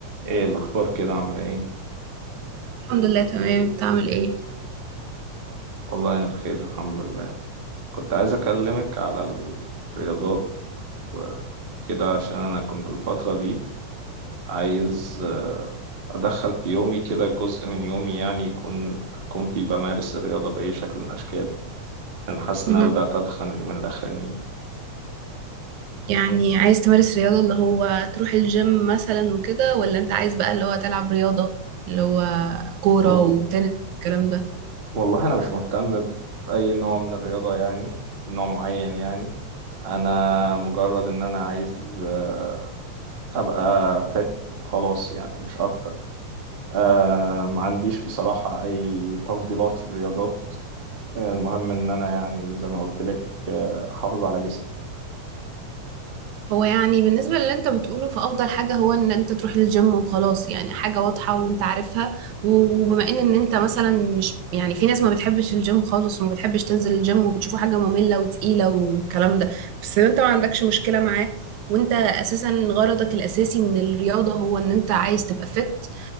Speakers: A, on the right (about 30°); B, on the right (about 75°).
A: ايه الاخبار كده عامله ايه
B: الحمد لله تمام بتعمل ايه
A: والله انا بخير الحمد لله كنت عايز اكلمك على الرياضات وكده عشان انا كنت الفتره دي عايز آه، ادخل في يومي كده جزء من يومي يعني يكون اكون فيه بمارس الرياضه باي شكل من الاشكال انا حاسس
B: مهم.
A: ان انا بدات اتخن اليومين الاخرانيين
B: يعني عايز تمارس رياضة اللي هو تروح الجيم مثلا وكده ولا انت عايز بقى اللي هو تلعب رياضة اللي هو كورة
A: و-
B: وتنس الكلام ده
A: والله انا مش مهتم باي نوع من الرياضه يعني بنوع معين يعني انا مجرد ان انا عايز آه، ابقى فت وخلاص يعني مش اكتر آه ما عنديش بصراحة أي تفضيلات في الرياضات آه، المهم إن أنا يعني زي ما قلت لك آه، أحافظ على جسمي
B: هو يعني بالنسبة للي انت بتقوله فأفضل حاجة هو ان انت تروح للجيم وخلاص يعني حاجة واضحة وانت عارفها و- وبما ان ان انت مثلا مش يعني في ناس ما بتحبش الجيم خالص وما بتحبش تنزل الجيم وبتشوفه حاجة مملة وتقيلة والكلام ده بس انت ما عندكش مشكلة معاه وانت اساسا غرضك الاساسي من الرياضة هو ان انت عايز تبقى فت